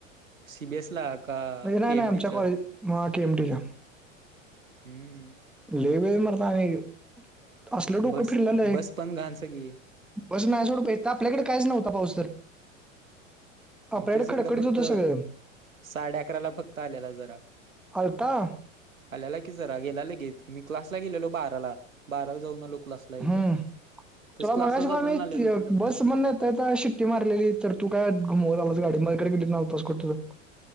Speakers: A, on the right (about 80°); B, in the centre.
A: सीबीएस ला का
B: मनाही
A: केएमटीच्या
B: नाही आमच्या कॉलेच्या केएमटीच्या
A: हम्म
B: लय वेळ मरता नाही असल डोकं
A: बस
B: फिरलेल लय
A: बस पण घाण सगळी
B: बस नाजवड आपल्याकडे काहीच नव्हता पाऊस तर आपल्याकडे
A: तेच
B: खडकडीत
A: इकडं फक्त
B: होतं सगळं
A: साडे अकराला फक्त आलेला जरा
B: आलता
A: आल्याला की जरा गेला लगेच मी क्लासला गेलो बाराला बाराला जाऊन आलो क्लासला एकला
B: हम्म
A: तेच
B: तुला
A: क्लासला
B: मगायशी
A: जाताना
B: बा मी
A: आलेलो तुझ्याकडं
B: बस म्हणिक मारलेली तर तू काय घुमव आलास गाडी मगरेली तसं